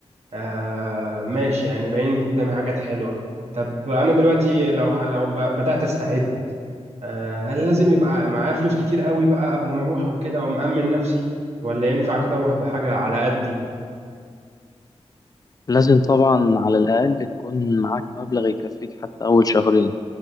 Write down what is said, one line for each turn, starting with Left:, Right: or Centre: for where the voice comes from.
Right: آه ماشي يعني بينت قدامي حاجات حلوة طب انا دلوقتي لو لو ب- بدأت استعد آه هل لازم يبقى معايا فلوس كتير قوي بقى قبل ما اروح وكده ومأمن نفسي ولا ينفع كده اروح بحاجة على قدي
Left: لازم طبعا على الاقل تكون معاك مبلغ يكفيك حتى اول شهرين